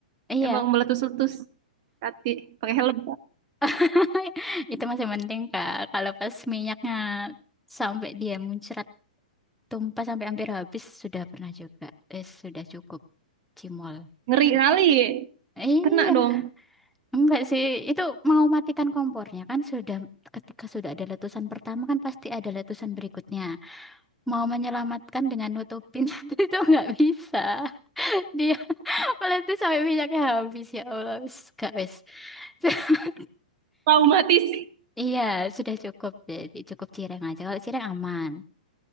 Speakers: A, in the centre; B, on the right.
A: Iya,
B: Emang meletus-letus. Tati, pakai helm.
A: <laughs> itu masih penting Kak. Kalau pas minyaknya sampai dia muncrat tumpah sampai hampir habis sudah pernah juga. Eh, sudah cukup cimol.
B: Ngeri kali.
A: Iya,
B: Kena dong.
A: enggak sih. Itu mau matikan kompornya kan sudah ketika sudah ada letusan pertama kan pasti ada letusan berikutnya. Mau menyelamatkan dengan nutupin <laughs> itu enggak bisa. <laughs> Dia Malah tuh sampai minyaknya habis ya Allah. Wis, gak wis. <laughs>
B: traumatis.
A: Iya, sudah cukup jadi cukup cireng aja. Kalau cireng aman.